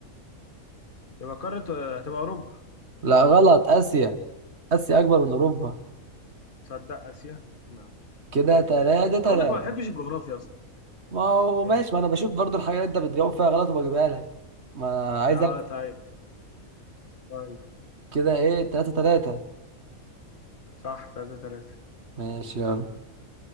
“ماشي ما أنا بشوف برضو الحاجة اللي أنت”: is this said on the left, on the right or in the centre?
Right